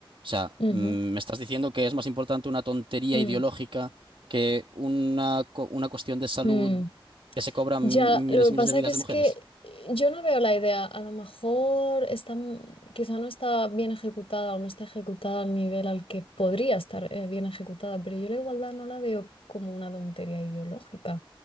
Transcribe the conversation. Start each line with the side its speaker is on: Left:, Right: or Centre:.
Right: sea,
Left: ujú,
Right: mm, me estás diciendo que es más importante una tontería
Left: mm,
Right: ideológica que una, co- una cuestión de salud
Left: mm.
Right: que se cobran
Left: Ya,
Right: miles
Left: lo que
Right: y
Left: pasa
Right: miles de vidas
Left: que es
Right: de mujeres.
Left: que eh, yo no veo la idea. A lo mejor está, m- quizá no está bien ejecutada o no está ejecutada al nivel al que podría estar eh, bien ejecutada, pero yo la igualdad no la veo como una tontería ideológica,